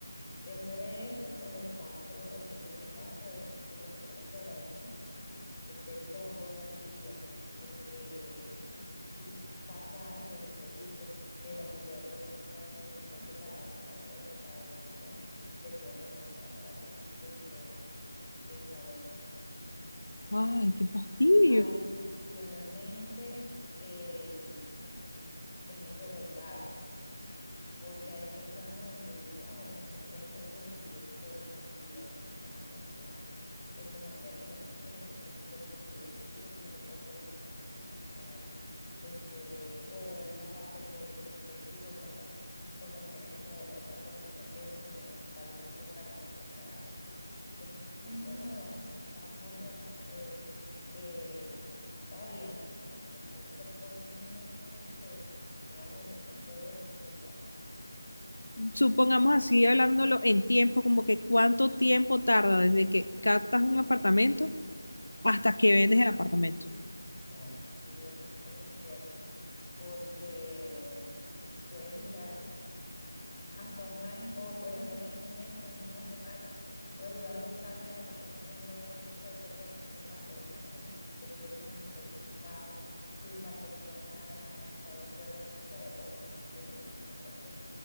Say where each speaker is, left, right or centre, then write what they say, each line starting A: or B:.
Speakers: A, on the left; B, on the left.
A: Después de eso, pues el paso, el siguiente paso es lo que te comento de la documentación, que esté todo al día, porque si pasa algo en el registro, eh, la propiedad tiene una limitante para, para la venta o lo que sea, se puede también estar para atrás este esa venta.
B: Ay, qué fastidio.
A: Adicionalmente, el, el método de pago porque hay personas donde dicen, ah, bueno, si no tienen problema en recibir todo en efectivo, hay personas que también tienen este, familiares en el extranjero, entonces no quieran recibir efectivo, sino que sea solo por transferencia bancaria, este, o una parte por efectivo, otra parte por transferencia, otra parte no sé qué, en tal banco en Panamá, o sea, es, es un tema de ba- bastante, bastante eh, complicado y amplio, o sea, son- pueden ser por muchas cosas que una negociación se dé o se cae.
B: Supongamos así, hablándolo en tiempo, como que cuánto tiempo tarda desde que captas un apartamento hasta que vendes el apartamento.
A: No, eso sí es, es incierto, porque puedes durar hasta un año, o puedes venderlo en un mes, en una semana, puede durar dos años el apartamento y no lo vendes, eso depende de muchos factores también, del precio en el que esté publicado, si la persona eh, está de acuerdo o no está de acuerdo con los términos, o sea, eso,